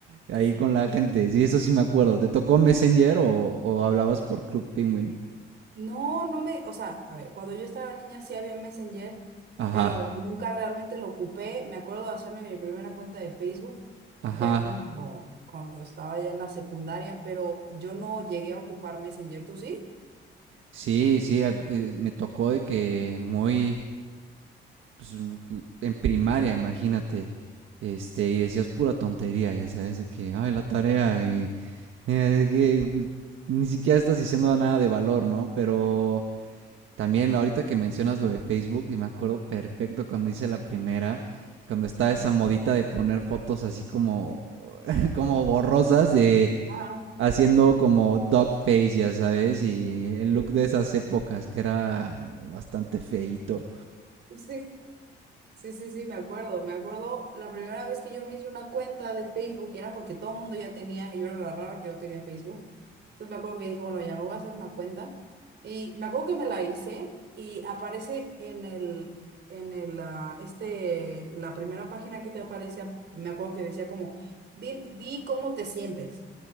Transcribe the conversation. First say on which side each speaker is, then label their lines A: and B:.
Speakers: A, on the right; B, on the right.
A: ahí
B: Así.
A: con la gente. Sí, eso sí me acuerdo. ¿Te tocó Messenger o, o hablabas por Club Penguin?
B: No, no me, o sea, a ver, cuando yo estaba niña sí había Messenger,
A: Ajá,
B: pero nunca realmente lo ocupé. Me acuerdo de hacerme mi primera cuenta de Facebook
A: ajá.
B: ya cuando, cuando estaba ya en la secundaria, pero yo no llegué a ocupar Messenger, ¿tú sí?
A: Sí, sí, a- eh, me tocó de que muy, pues, u- cu- en primaria, imagínate, este, y decías pura tontería, ya sabes, de que, ay, la tarea Eh, que pues, ni siquiera estás diciendo nada de valor, ¿no? Pero también ahorita que mencionas lo de Facebook, y me acuerdo perfecto cuando hice la primera, cuando estaba
B: Ajá,
A: esa modita de poner fotos así como, <laughs> como borrosas, de
B: ajá,
A: haciendo como dog face, ya sabes, y el
B: sí.
A: look de esas épocas que era bastante feito.
B: Sí, Sí, sí, sí, me acuerdo. Me acuerdo la primera vez que yo me hice una cuenta de Facebook y era porque todo el mundo ya tenía, y yo era la rara que no tenía Facebook. Entonces me acuerdo que dije, bueno, ya me voy a hacer una cuenta. Y me acuerdo que me la hice y aparece en el, en el, ah, este, la primera página que te aparece, me acuerdo que decía como, di, di cómo te sientes.